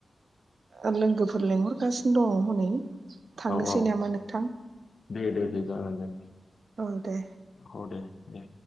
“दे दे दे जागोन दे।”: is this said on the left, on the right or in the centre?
Left